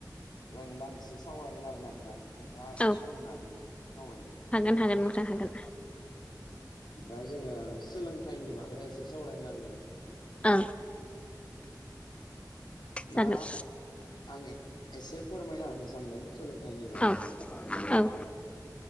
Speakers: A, on the left; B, on the left.
A: जों दान्दिसे सावरायगोन आरो ना नोंथां। नोंथाङा एसे
B: औ
A: सम होन हागोन ना सावरायना।
B: हागोन नोंथा हागोन
A: दा जोङो सोलोंथाइनि बागै एसे सावरायगोन आरोना नोंथां।
B: ओ
A: दा
B: जागोन
A: आं एसे फोरमायना होनो सानदों सोलोंथाइनि बागै
B: औ औ
A: दा